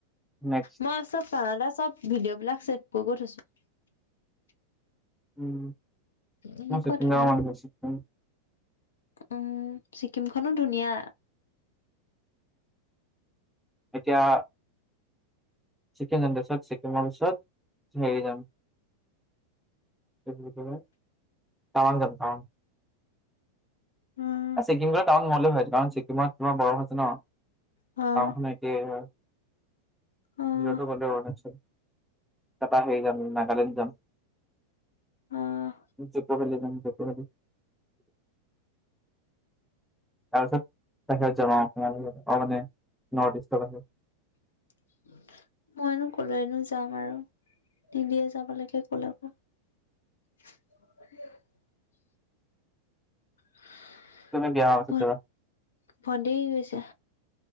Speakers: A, in the centre; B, on the left (about 65°).
A: নেক্স।
B: মই চব কানাডা চব ভিডিঅ' বিলাক ছেভ কৰি গৈ থৈছো।
A: উম,
B: এনেকুৱা
A: মই ছিকিম
B: ধুনীয়া
A: যাব মন গৈছে উম।
B: উম, ছিকিমখনো ধুনীয়া।
A: এতিয়া চিকেন যাম দে চিকেন পাছত হেৰি যাম। টাৱান যাম টাৱান।
B: উম
A: ছিকিম গলে টাৱাং নগলে হয় কাৰণ ছিকিমত তাৰ বৰফ আছে ন। অহ,
B: অ',
A: <unintelligible>
B: অ',
A: <unintelligible> তাৰ পা হেৰি যাম নাগালেণ্ড যাম।
B: অ',
A: দিপৰভেলী যাম, দিপৰভেলী। তাৰপিছত <unintelligible> নৰ ইষ্টৰ <unintelligible>
B: <unintelligible> মইনো কলৈনো যাম আৰু দিদিয়ে যাব লকে কলেব। <unintelligible> <unintelligible>
A: তুমি বিয়া হোৱাৰ পাছত যাবা
B: গৈছে।